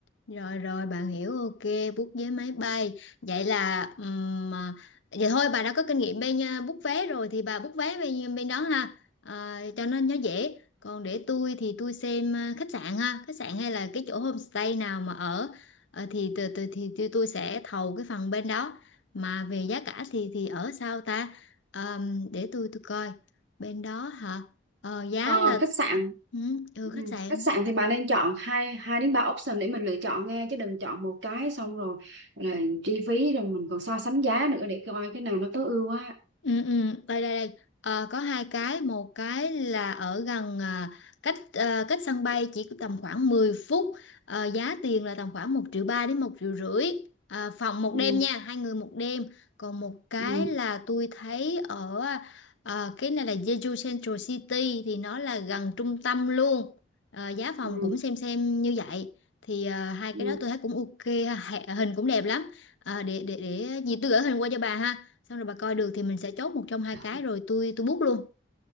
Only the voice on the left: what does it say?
Rồi rồi bạn hiểu ok book vé máy bay vậy là ừm, à, vậy thôi bà đã có kinh nghiệm bên à, book vé rồi thì bà book vé bên bên đó ha à, cho nên nó dễ còn để tôi thì tôi xem à, khách sạn ha khách sạn hay là cái chỗ homestay nào mà ở ờ, thì từ từ thì tôi tôi sẽ thầu cái phần bên đó mà về giá cả thì thì ở sao ta Ờm, để tôi tôi coi bên đó hả Ờ, giá
là
ừ, ừ, khách
sạn
Ừ, ừ, đây đây đây Ờ, có hai cái một cái là ở gần à, cách à, cách sân bay chỉ có tầm khoảng mười phút Ờ, giá tiền là tầm khoảng một triệu ba đến một triệu rưỡi à, phòng một
đêm nha hai người một đêm còn một cái
là tôi thấy ở à, cái này là Jeju Central City thì nó là gần trung tâm luôn Ờ, giá phòng
cũng xem xem như vậy thì à, hai
cái đó tôi thấy cũng ok ha, hẹ- hình cũng đẹp lắm À, để để để gì tôi gửi hình qua cho bà ha xong rồi bà coi được thì mình sẽ chốt một trong hai
cái rồi tôi tôi book luôn